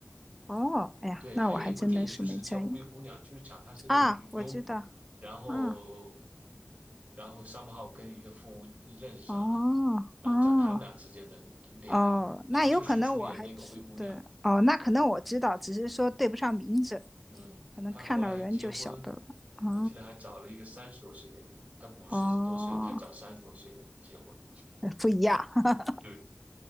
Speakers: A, in the centre; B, on the right (about 35°).
A: 哦，哎呀，
B: 对，
A: 那我还真的是没在意
B: 还有一部电影就是叫《灰姑娘》，就是讲她是个女佣，
A: 啊，我知道，
B: 然后
A: 嗯。
B: 然后商浩跟一个富翁认识上了，
A: 哦
B: 然后讲他们俩之间的恋爱。
A: 哦哦，那有可能我还知对哦，
B: 她就是出演那个灰姑娘。
A: 那可能我知道，只是说对不上名字，
B: 嗯，
A: 可能看到人就晓得了。
B: 他后来还结婚，
A: 哦
B: 我记得还找了一个三十多岁的人，他五十多岁了，
A: 哦，
B: 他还找三十多岁的人结婚。
A: 呃不一样。<laughs>
B: 对，